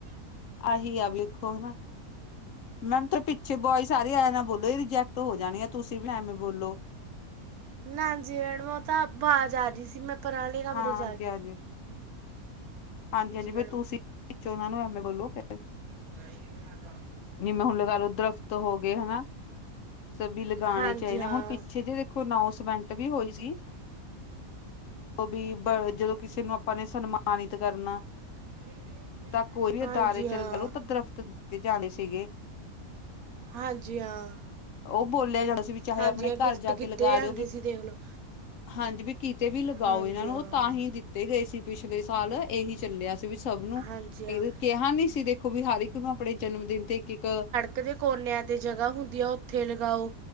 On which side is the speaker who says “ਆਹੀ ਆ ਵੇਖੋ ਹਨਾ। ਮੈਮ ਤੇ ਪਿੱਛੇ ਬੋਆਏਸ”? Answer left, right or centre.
Left